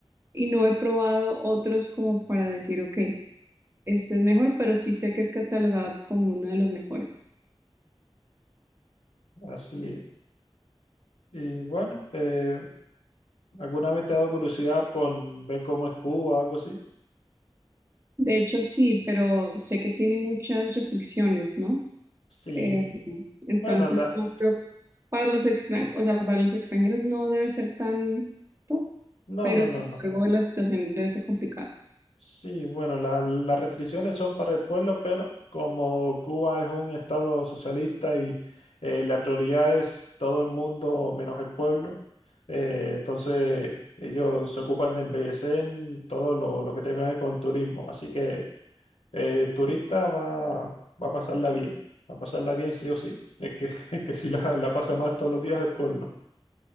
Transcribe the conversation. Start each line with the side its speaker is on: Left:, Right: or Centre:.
Right: y no he probado otros como para decir, ok, este es mejor, pero sí sé que es catalogado como uno de los mejores.
Left: así es. Y bueno, eh, ¿alguna vez te ha dado curiosidad por ver cómo es Cuba o algo así?
Right: De hecho, sí, pero sé que tiene muchas restricciones, ¿no?
Left: Sí,
Right: Eh, entonces,
Left: bueno, la,
Right: no creo- para los extran- o sea, para los extranjeros no debe ser tanto,
Left: no,
Right: pero
Left: no,
Right: sin
Left: no, no.
Right: embargo la situación debe ser complicada.
Left: Sí, bueno, la- las restricciones son para el pueblo, pero como Cuba es un estado socialista y eh, la prioridad es todo el mundo menos el pueblo, eh, entonces ellos se ocupan de embellecer todo lo, lo que tenga que ver con turismo. Así que eh, el turista va, va a pasarla bien, va a pasarla bien sí o sí. Es que, <laughs> es que si la, la pasa mal todos los días el pueblo.